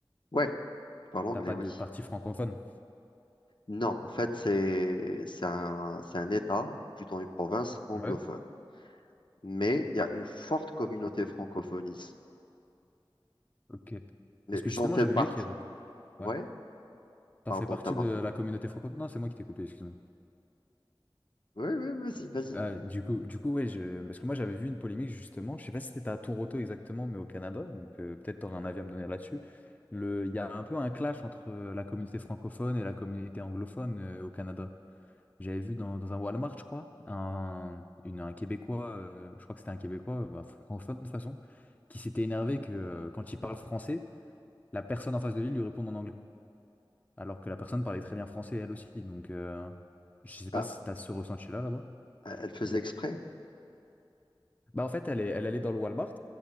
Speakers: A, on the left; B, on the left.
A: Ouais, je parle anglais,
B: T'as pas
A: oui.
B: de partie francophone.
A: Non, en fait, c'est c'est un, c'est un État, plutôt une province anglophone.
B: Ouais.
A: Mais il y a une forte communauté francophone ici.
B: Ok.
A: Mais
B: Parce que
A: j'en
B: justement,
A: fais
B: j'avais
A: partie.
B: vu qu'il y avait... des- Ouais.
A: Ouais,
B: T'en
A: pardon
B: fais partie
A: de t'avoir
B: de
A: coupé.
B: la communauté franco... Non, c'est moi qui t'ai coupé, excuse-moi.
A: Oui, ouais, vas-y, vas-y.
B: Ah, du coup, du coup, ouais, je... parce que moi j'avais vu une polémique justement, je sais pas si c'était à Toronto exactement, mais au Canada, donc euh, peut-être t'aurais un avis à me donner là-dessus. Le... Il y a un peu un clash entre euh, la communauté francophone et la communauté anglophone euh, au Canada. J'avais vu dans, dans un Walmart, je crois, un, une, un Québécois, euh, je crois que c'était un Québécois, euh, bah, francophone de toute façon, qui s'était énervé que euh, quand il parle français, la personne en face de lui lui répond en anglais. alors que la personne parlait très bien français elle aussi. Donc, euh, je sais pas
A: Ah,
B: si tu as ce ressenti-là là-bas.
A: elle faisait exprès.
B: Bah en fait, elle est, elle allait dans le Walmart.